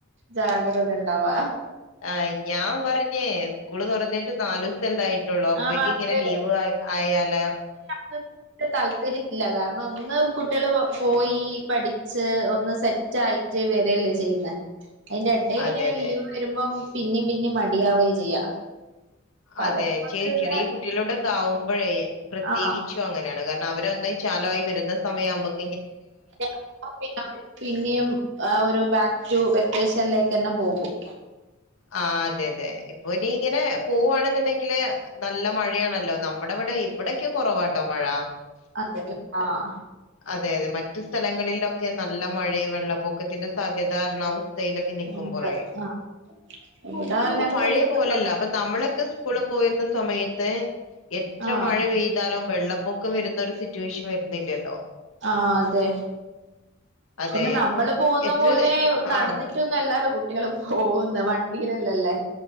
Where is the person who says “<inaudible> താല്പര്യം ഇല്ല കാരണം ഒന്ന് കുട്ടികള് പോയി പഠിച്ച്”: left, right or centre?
Right